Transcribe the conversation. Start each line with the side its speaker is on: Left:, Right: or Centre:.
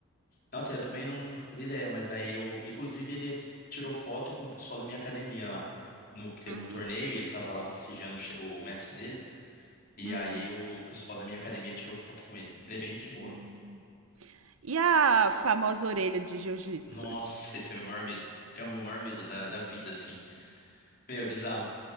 Left: Nossa, eu também não, não fazia ideia, mas aí eu. Inclusive, ele tirou foto com o pessoal da minha academia lá. No, que teve
Right: Hum.
Left: um torneio e ele tava lá prestigiando o che- o mestre dele. E
Right: Uhum.
Left: aí o pessoal da minha academia tirou foto com ele. Ele é bem gente boa.
Right: Hum. E a famosa orelha de jiu-jitsu?
Left: Nossa, esse é meu maior medo. É o meu maior medo da, da vida, assim. Meu, é bizarro.